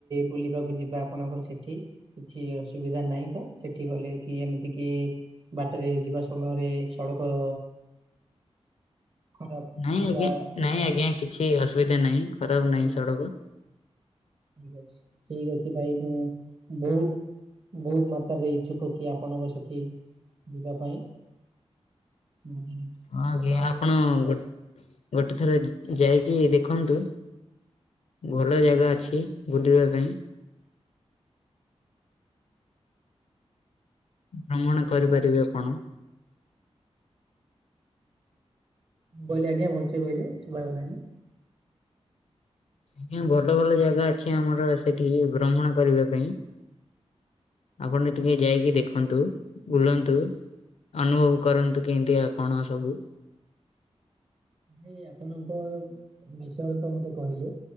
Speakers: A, on the right; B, on the left.
A: ବୁଲିବାକୁ ଯିବା ଆପଣଙ୍କର ସେଠି। କିଛି ଅସୁବିଧା ନାହିଁ ତ ସେଠି ଗଲେ କି ଏମିତି କି ବାଟରେ ଯିବା ସମୟରେ ସଡ଼କ ଖରାପ
B: ନାଇଁ
A: ଥିବା
B: ଆଜ୍ଞା ନାଇଁ ଆଜ୍ଞା କିଛି ଅସୁବିଧା ନାହିଁ ଖରାପ
A: ଅସୁବିଧା
B: ନାହିଁ ସଡ଼କ।
A: କିଛି ଠିକ ଅଛି ଠିକ ଅଛି ଭାଇ ମୁଁ ବହୁତ ବହୁତ ମାତ୍ରାରେ ଇଚ୍ଛୁକ କି ଆପଣଙ୍କ ସେଠି ଯିବା ପାଇଁ। ବୁଝିଲି
B: ହଁ ଆଜ୍ଞା
A: ଆଉ
B: ଆପଣ
A: ହଁ
B: ଗୋଟେ ଗୋଟେ ଥର ଯାଇକି ଦେଖନ୍ତୁ ଭଲ ଜାଗା ଅଛି। ବୁଲିବା ପାଇଁ। ଭ୍ରମଣ କରିପାରିବେ
A: ଭାଇ
B: ଆପଣ।
A: ମୁଁ କହିଲେ ଆଜ୍ଞା ଭଲସେ କହିଲେ ଶୁଭାଗଲାନି?
B: ଆଜ୍ଞା ଭଲ ଭଲ ଜାଗା ଅଛି ଆମର ସେଠିକି ଭ୍ରମଣ କରିବା ପାଇଁ। ଆପଣ ଟିକେ ଯାଇକି ଦେଖନ୍ତୁ। ବୁଲନ୍ତୁ ଅନୁଭବ କରନ୍ତୁ କେମିତିଆ କଣ ସବୁ।
A: ଏଇ ଆପଣଙ୍କ ବିଷୟରେ ତ ମତେ କହିଲେ।